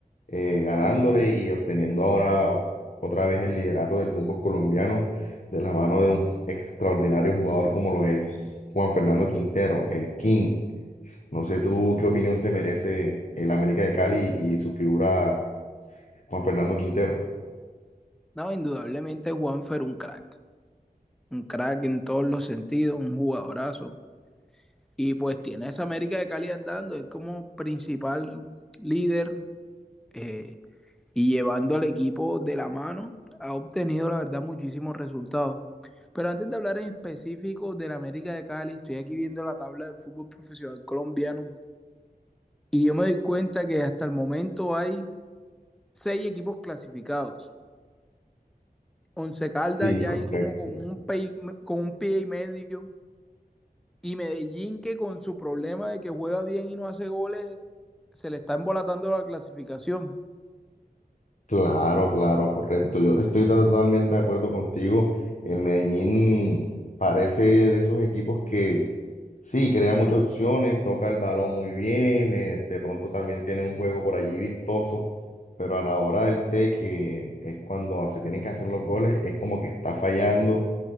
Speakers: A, on the left; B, in the centre.
A: eh, ganándole y obteniendo ahora o- otra vez el liderato del fútbol colombiano de la mano de un extraordinario jugador como lo es Juan Fernando Quintero, el King. No sé tú qué opinión te merece el América de Cali y su figura Juan Fernando Quintero.
B: No, indudablemente Juanfer un crack, un crack en todos los sentidos, un jugadorazo. Y pues tiene a esa América de Cali andando, es como principal líder eh, y llevando al equipo de la mano, ha obtenido la verdad muchísimos resultados. Pero antes de hablar en específico de la América de Cali, estoy aquí viendo la tabla del fútbol profesional colombiano y yo me doy cuenta que hasta el momento hay seis equipos clasificados. Once Caldas
A: Sí,
B: ya
A: correcto.
B: ahí como con un, pie, con un pie y medio. Y Medellín que con su problema de que juega bien y no hace goles, se le está embolatando la clasificación.
A: Claro, claro, correcto. Yo estoy totalmente de acuerdo contigo. El Medellín parece de esos equipos que Sí, crea muchas opciones, toca el balón muy bien, eh, de pronto también tiene un juego por allí vistoso, pero a la hora del té, que es cuando se tienen que hacer los goles, es como que está fallando